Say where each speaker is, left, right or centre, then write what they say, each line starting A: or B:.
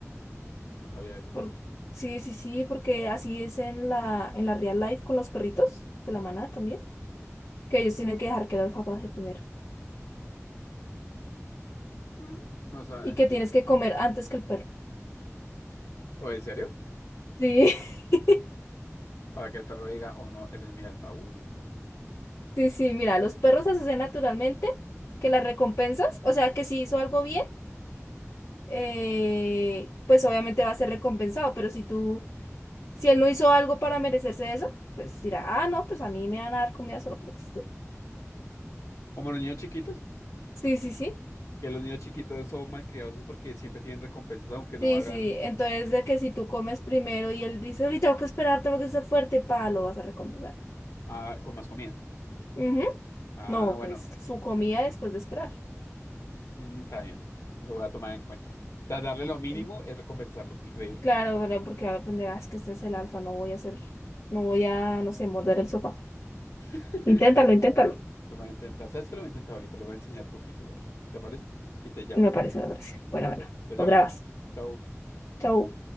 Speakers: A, on the left; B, on the left.
A: No sabía eso.
B: Por... Sí, sí, sí, porque así es en la, en la real life con los perritos de la manada también, que ellos tienen que dejar que el alfa pase primero
A: Mm, No sabe.
B: y que tienes
A: <laughs>
B: que comer antes que el perro.
A: ¿O en serio?
B: Sí, <laughs>
A: Para que el perro diga, oh no, él es mi alfa. uh".
B: sí, sí, mira, los perros hacen naturalmente que las recompensas, o sea, que si hizo algo bien, eh, pues obviamente va a ser recompensado, pero si tú Si él no hizo algo para merecerse eso, pues dirá, ah, no, pues a mí me van a dar comida solo por existir.
A: Como los niños chiquitos,
B: Sí, sí, sí.
A: que los niños chiquitos son malcriados es porque siempre tienen recompensas, aunque no
B: Sí,
A: hagan
B: sí. Entonces, de que si tú comes primero y él dice, uy, tengo que esperar, tengo que ser fuerte, pa, lo vas a recomendar.
A: ah, con más comida.
B: Ujú.
A: Ah,
B: No,
A: bueno.
B: pues su comida después de esperar.
A: Mm, está bien, lo voy a tomar en cuenta. O sea, darle lo mínimo
B: Sí.
A: es recompensarlo. Increíble.
B: Claro, bueno, porque ahora aprenderás que este es el alfa, no voy a hacer, no voy a, no sé, morder el sofá.
A: <laughs>
B: Inténtalo, inténtalo.
A: Lo voy a intentar. ¿Sabes qué? Lo voy a intentar ahorita. Le voy a enseñar truquitos, a ver. ¿Te parece? Y te llamo.
B: Me parece, me parece. Bueno, bueno,
A: Eh, Pues ya
B: lo
A: hablamos.
B: grabas.
A: Chao.
B: Chau.